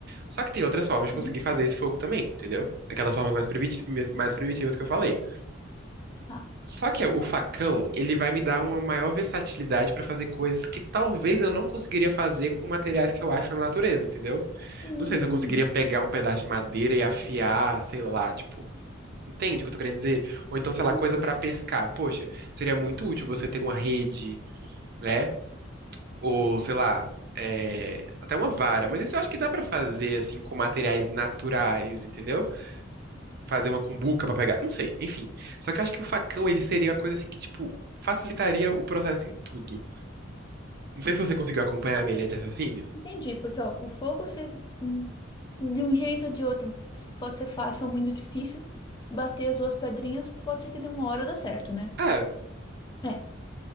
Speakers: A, on the right; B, on the left.
A: Só que tem outras formas de
B: hum,
A: conseguir fazer esse fogo também, entendeu? Aquelas formas mais primiti- mais primitivas que eu falei.
B: tá.
A: Só que o facão, ele vai me dar uma maior versatilidade pra fazer coisas que talvez eu não conseguiria fazer com materiais que eu acho na natureza, entendeu?
B: Hum,
A: Não sei se eu conseguiria pegar um pedaço de madeira e afiar, sei lá, tipo, entende o que eu tô querendo dizer? Ou então, sei
B: uhum,
A: lá, coisa pra pescar. Poxa, seria muito útil você ter uma rede, né? Ou, sei lá, é, até uma vara. Mas isso eu acho que dá pra fazer assim com materiais naturais, entendeu? fazer uma cumbuca pra pegar, não sei, enfim. Só que eu acho que o facão, ele seria a coisa assim que, tipo, facilitaria o processo em tudo. Não sei se você conseguiu acompanhar a minha linha de raciocínio.
B: entendi, porque ó, o fogo se hum, de um jeito ou de outro pode ser fácil ou muito difícil. Bater as duas pedrinhas pode ser que de uma hora dá certo, né?
A: Ah,
B: É.